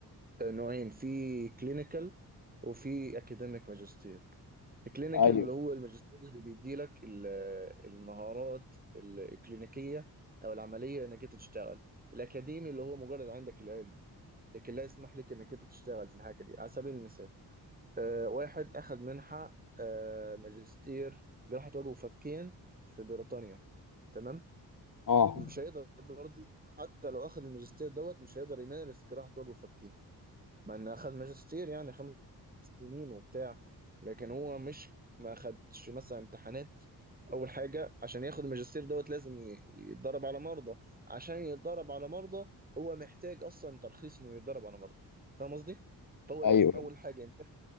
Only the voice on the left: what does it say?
أيوه
أه
أيوه